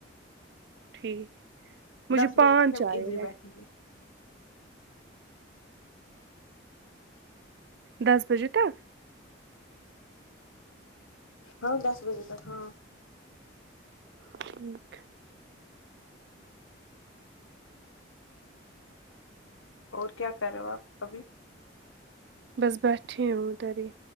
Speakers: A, on the right; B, on the left.
A: ٹھیک مجھے
B: دس
A: پانچ
B: بجے تک ہم
A: آئے
B: ادھر ہی
A: ہیں
B: بیٹھیں گے
A: دس بجے تک
B: ہاں دس بجے تک ہاں
A: ٹھیک
B: اور کیا کر رہے ہو آپ ابھی
A: بس بیٹھی ہو ادھر ہی